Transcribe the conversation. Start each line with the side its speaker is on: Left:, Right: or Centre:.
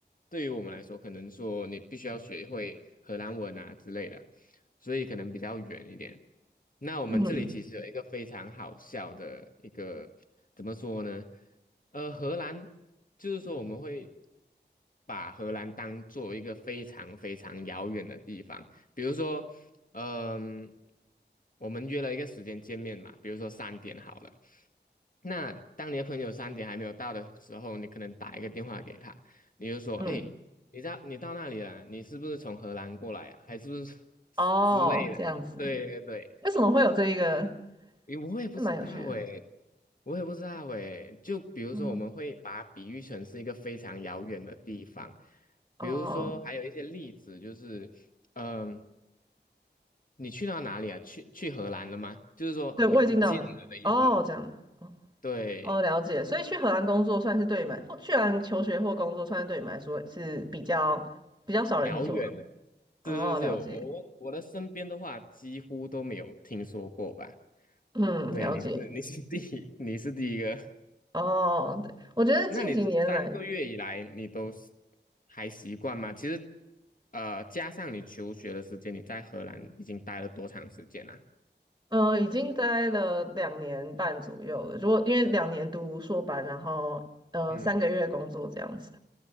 Left: 对于我们来说，可能说你必须要学会荷兰文啊之类的，所以可能比较远一点。那我们这里其实有一个非常好笑的一个，
Right: 嗯
Left: 怎么说呢？呃，荷兰就是说我们会把荷兰当做一个非常非常遥远的地方，比如说嗯，我们约了一个时间见面嘛，比如说三点好了。那当你的朋友三点还没有到的时候，你可能打一个电话给他，你就说：
Right: 嗯。
Left: “哎，你到你到那里了？你是不是从荷兰过来啊？还是不是 <laughs>
Right: 哦，
Left: 之类的？”对对对，
Right: 这样子。为什么会有这一个？
Left: 因为我也不知道哎，
Right: 这蛮有趣的。
Left: 我也不知道哎。就比如说，
Right: 嗯，
Left: 我们会把它比喻成是一个非常遥远的地方，
Right: 哦，
Left: 比如说还有一些例子就是，嗯。你去到哪里啊？去去荷兰了吗？就是说你不见了的意思。
Right: 对，我已经到了。哦，这样的。
Left: 对，
Right: 哦，了解。所以去荷兰工作算是对你们，或去荷兰求学或工作，算是对你们来说是比较比较少人去做的。
Left: 遥远了。
Right: 哦，
Left: 是是是，
Right: 了解，
Left: 我我的身边的话几乎都没有听说过吧？
Right: 嗯，
Left: 对，
Right: 了解，
Left: 你是你是第一，你是第一个。<laughs>
Right: 哦，对，我觉得近几年来，
Left: 那你这三个月以来，你都是还习惯吗？其实，呃，加上你求学的时间，你在荷兰已经待了多长时间啦？
Right: 呃，已经待了两年半左右了。如果因为两年读硕班，然后呃三个月工作这样子，
Left: 嗯，